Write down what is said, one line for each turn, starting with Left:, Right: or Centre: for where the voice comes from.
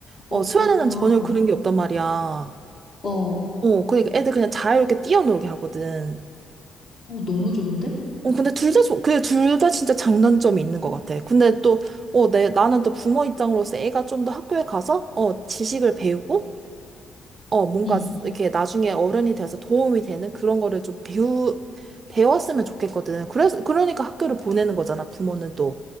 Left: 오,
Right: 어, 스웨덴은
Left: 그렇구나.
Right: 전혀
Left: 어.
Right: 그런 게 없단 말이야.
Left: 어.
Right: 어, 그러니까 애들 그냥 자유롭게 뛰어놀게 하거든.
Left: 어, 너무 좋은데?
Right: 어, 근데 둘 다, 좋- 그게 둘 다 진짜 장단점이 있는 것 같아. 근데 또, 어, 내, 나는 또 부모 입장으로서 애가 좀 더 학교에 가서, 어, 지식을 배우고, 어, 뭔가
Left: 응.
Right: 이렇게 나중에 어른이 돼서 도움이 되는 그런 거를 좀 배우, 배웠으면 좋겠거든. 그래서, 그러니까 학교를 보내는 거잖아, 부모는